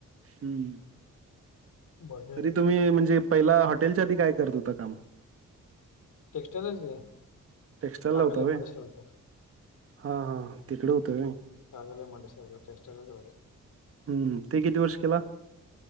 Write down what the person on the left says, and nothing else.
बघ
टेक्स्टाइलच की
कागल
एम आय डी सी ला होतो.
Kagal M I D C ला टेक्सटाइल करत होतो.